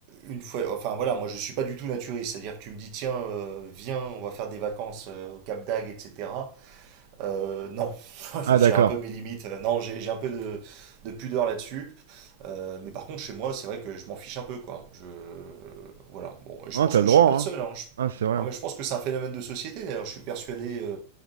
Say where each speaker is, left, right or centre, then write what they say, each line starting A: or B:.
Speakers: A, on the right; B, on the right.
A: une fois, enfin voilà, moi je suis pas du tout naturiste, c'est-à-dire que tu me dis tiens, euh, viens, on va faire des vacances euh, au Cap d'Agde, etc. Euh, non, <laughs>
B: Ah,
A: j'ai
B: d'accord.
A: un peu mes limites. Non, j'ai j'ai un peu de, de pudeur là-dessus. Euh, mais par contre, chez moi, c'est vrai que je m'en fiche un peu, quoi. Je... Voilà. Bon, et je
B: Non,
A: pense
B: t'as
A: que
B: le droit,
A: je suis pas le
B: hein.
A: seul, hein. Je-
B: Ah, c'est vrai,
A: Non,
B: hein.
A: mais je pense que c'est un phénomène de société, d'ailleurs. Je suis persuadé... euh,